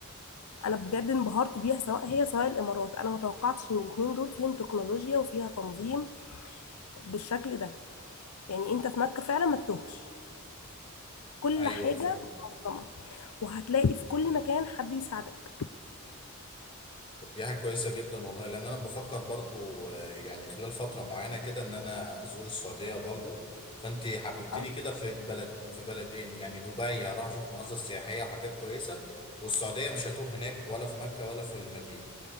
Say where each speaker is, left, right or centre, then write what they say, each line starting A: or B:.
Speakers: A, on the left; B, on the left.
A: انا بجد انبهرت بيها سواء هي سواء الامارات انا ما توقعتش ان الاتنين دول فيهم تكنولوجيا وفيها تنظيم بالشكل ده يعني انت في مكة فعلا ما تتوهش كل
B: ايوه
A: حاجة
B: فهمت
A: منظمة وهتلاقي في كل مكان حد يساعدك
B: طب دي حاجة كويسة جدا والله لان انا بفكر برضو آه، يعني خلال فترة معينة كده ان انا ازور السعودية برضو فانت حببتني
A: اه
B: كده في بلد في بلدين يعني دبي هروح اشوف مناظر سياحية وحاجات كويسة والسعودية مش هتوه هناك ولا في مكة ولا في المدينة